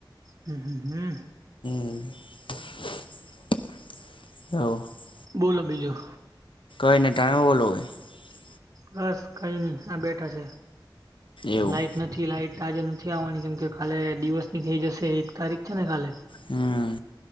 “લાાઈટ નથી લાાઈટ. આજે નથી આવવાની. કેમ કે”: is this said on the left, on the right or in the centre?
Right